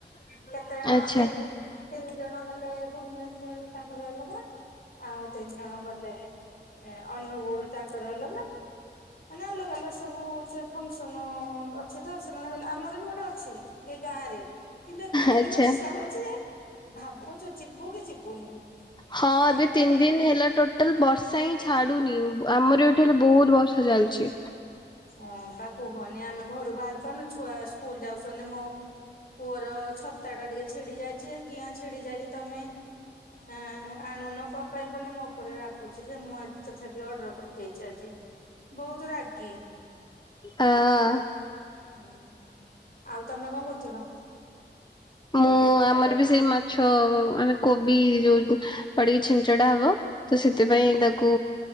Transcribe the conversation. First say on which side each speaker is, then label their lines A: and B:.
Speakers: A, on the left (about 55°); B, on the left (about 25°).
A: କେତେ ଜଣ
B: ଆଚ୍ଛା
A: ଅଣନ୍ ତିନି ଜଣ ଗଲେ ଭୁବନେଶ୍ଵର ତାଙ୍କର ଅଲଗା ଆଉ ତିନି ଜଣ ଗଲେ ଏ ଅନୁଗୁଳୁ ତାଙ୍କର ଅଲଗା। ମାନେ ଅଲଗା ଅଲଗର ସବୁ ଫଙ୍କସନ। ଅଛ ତ ସେମାନେ କହିଲ ଆମର ବି ଗୋଟେ ଅଛି। ଏ ଗାଁ ରେ କିନ୍ତୁ ଏତେ ଜୋରେ
B: ଆଚ୍ଛା।
A: ବର୍ଷା ହଉଛି ଯେ। ଭାବୁଛୁ ଯିବୁ କି ଯିବୁନି।
B: ହଁ
A: ତାଙ୍କର
B: ଏବେ ତିନି ଦିନ୍ ହେଲା ଟୋଟାଲ୍ ବର୍ଷା ହିଁ ଛାଡୁନି। ଆମର ହେଲେ ବହୁତ ବର୍ଷା ଚାଲିଛି।
A: ହଁ ତା କୁହନି ଆମେ ଘରୁ ବାହାରି ପାରୁନୁ। ଛୁଆ ସ୍କୁଲ୍ ଯାଉଛନ୍ତି ମୋ ପୁଅର ଛତା ଟା ଟିକେ ଛିଡି ଯାଇଚି। କିଆଁ ଛିଡି ଯାଇଚି ତମେ ହାଁ ଆଣୁନ କଣ ପାଇଁ ବୋଲି ମୋ ଉପରେ ରାଗୁଛି ଯେ ମୁଁ ଆଜି ତଥାପି ଅର୍ଡର କରିଦେଇଛି ଆଜି। ବହୁତ ରାଗି।
B: ଆଁ।
A: ହୁଁ ଆଉ ତମେ କଣ କରୁଥିଲ?
B: ମୁଁ ଆମର ବି ସେଇ ମାଛ ମାନେ କୋବି ଯୋଉ ପଡିକି ଛିଞ୍ଚଡ଼ା ହବ। ତ ସେଥିପାଇଁ ତାକୁ